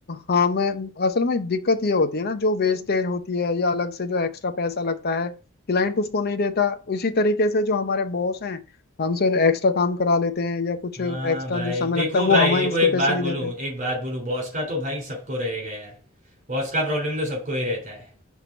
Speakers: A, on the left; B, on the right.
A: हाँ मैं असल में दिक्कत ये होती है ना जो वेस्टेज होती है या अलग से जो एक्स्ट्रा पैसा लगता है क्लाइंट उसको नहीं देता इसी तरीके से जो हमारे बॉस हैं हमसे एक्स्ट्रा काम करा लेते हैं या कुछ
B: हाँ
A: एक्स्ट्रा
B: भाई
A: जो समय
B: देखो
A: लगता है वो
B: भाई
A: हमें
B: देखो
A: उसके
B: एक
A: पैसे
B: बात
A: नहीं
B: बोलूँ
A: देते
B: एक बात बोलूँ बॉस का तो भाई सबको रहेगा यार बॉस का प्रॉब्लम तो सबको ही रहता है